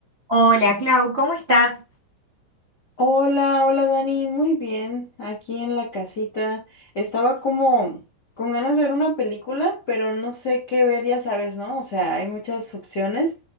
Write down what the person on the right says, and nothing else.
Hola, Clau, ¿cómo estás?